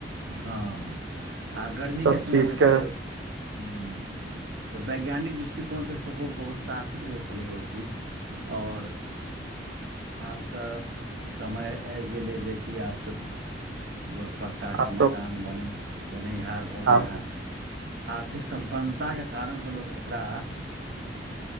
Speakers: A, on the right (about 60°); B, on the right (about 80°).
A: हँ आ गर्मीके
B: ईसभ
A: समयमे
B: चीजके
A: से ह तऽ वैज्ञानिक दृष्टिकोणसँ सेहो बहुत तार्किक रहै छलै ओ चीज आओर आब तऽ समय आबि गेलै जेकि आब तऽ लोक पक्काके
B: आब
A: मकान
B: तऽ
A: बने बनैहार भऽ गेला
B: आब
A: हे आर्थिक सम्पन्नताके कारणसे लोक ओकरा